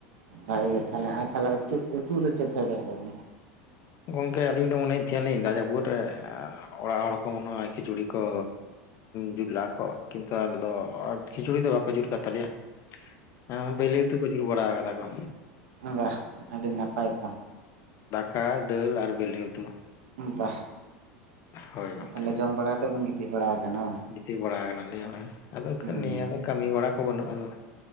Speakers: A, on the right (about 90°); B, on the left (about 45°).
A: ᱵᱷᱟᱜᱮ ᱜᱮ ᱛᱟᱦᱚᱞᱮ ᱟᱨ ᱛᱟᱦᱚᱞᱮ ᱩᱛᱩ ᱩᱛᱩ ᱨᱮ ᱪᱮᱫ ᱦᱩᱭ ᱞᱮᱱ ᱛᱟᱵᱤᱱᱟ
B: ᱜᱚᱝᱠᱮ ᱟᱹᱞᱤᱧ ᱫᱚ ᱢᱚᱱᱮᱭᱮᱫ ᱛᱷᱮ ᱟᱞᱤᱧ ᱡᱟᱹᱯᱩᱫ ᱨᱮ ᱚᱲᱟᱜ ᱦᱚᱲ ᱠᱚ ᱢᱚᱱᱮ ᱦᱚᱭ ᱠᱷᱤᱪᱩᱲᱤ ᱠᱚ ᱡᱩᱛ ᱞᱟᱜᱼᱟᱠᱚ ᱠᱤᱱᱛᱩ ᱟᱞᱚ ᱠᱷᱤᱪᱩᱲᱤ ᱫᱚ ᱵᱟᱠᱚ ᱡᱩᱛ ᱠᱟᱜ ᱛᱟᱞᱮᱭᱟ ᱦᱮᱸ ᱵᱮᱞᱮ ᱩᱛᱩ ᱠᱚ ᱡᱩᱞ ᱵᱟᱲᱟ ᱠᱟᱫᱟ ᱠᱚ
A: ᱵᱟᱦ ᱟᱹᱰᱤ ᱱᱟᱯᱟᱭ ᱛᱚ
B: ᱠᱟ ᱰᱳᱞ ᱟᱨ ᱵᱮᱞᱮ ᱩᱛ
A: ᱵᱟᱦ
B: ᱦᱳᱭ ᱜᱚᱝᱠᱮ
A: ᱛᱟᱦᱚᱞᱮ ᱡᱚᱢ ᱵᱟᱲᱟ ᱠᱟᱛᱮ ᱵᱤᱱ ᱜᱤᱛᱤᱡ ᱵᱟᱲᱟ ᱠᱟᱱᱟ ᱵᱟᱝ
B: ᱜᱤᱛᱤᱡ ᱵᱟᱲᱟ ᱠᱟᱱᱟ ᱞᱤᱧ ᱦᱳᱭ ᱟᱫᱚ
A: ᱦᱩᱸ
B: ᱱᱤᱭᱟᱹ ᱫᱚ ᱠᱟᱹᱢᱤ ᱵᱟᱲᱟ ᱠᱚ ᱵᱟᱹᱱᱩᱜ ᱟᱫᱚ